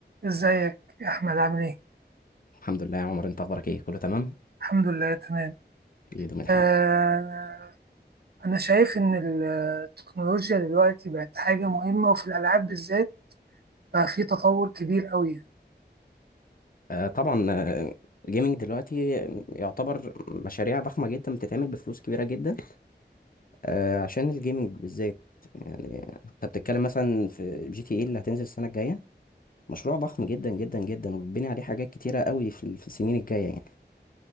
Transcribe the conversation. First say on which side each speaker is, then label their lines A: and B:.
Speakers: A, on the right (about 60°); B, on the left (about 55°).
A: ازيك يا احمد عامل ايه
B: الحمد لله يا عمر انت اخبارك ايه كله تمام
A: الحمد لله تمام
B: يدوم الحمد
A: آه انا شايف ان ال- التكنولوجيا دلوقتي بقت حاجه مهمه وفي الالعاب بالذات بقى في تطور كبير قوي
B: آه طبعا آه، جيمنج دلوقتي يعتبر مشاريع ضخمه جدا بتتعمل بفلوس كبيره جدا آه عشان الجيمنج بالذات يعني انت بتتكلم مثلا في جي تي اي اللي هتنزل السنه الجايه مشروع ضخم جدا جدا جدا وبتبني عليه حاجات كتيره قوي في في السنين الجايه يعني